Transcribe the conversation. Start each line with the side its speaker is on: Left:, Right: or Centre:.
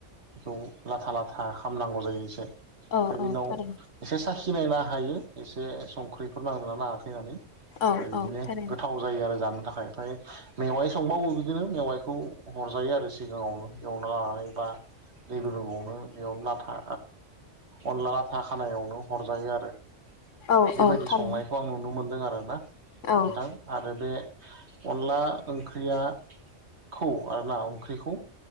Right: बेखौ लाथा लाथा खामनांगौ जायो एसे ओमफ्राय
Left: औ
Right: बि
Left: औ
Right: उनाव
Left: थारैनो
Right: एसे साखि नायनो हायो एसे संख्रिफोर नांदोंना नाङाखै होननानै।
Left: औ
Right: बिदिनो
Left: औ थारैनो
Right: गोथाव जायो आरो जानो। बेनि थाखाय ओमफ्राय मेवाइ संबावो बिदिनो मेवाइखौ हरजायो आरो सिगाङावनो एवना लानानै बा दै गुदुुंआवनो बेयावनो लाथा अनला लाथा खानायावनो हरजायो आरो
Left: औ
Right: बेबायदि
Left: औ थारैनो
Right: संनायखौ आं नुनो मोनदों आरोना नोंथां
Left: औ
Right: आरो बे अनला ओंख्रिया खौ आरोना ओंख्रिखौ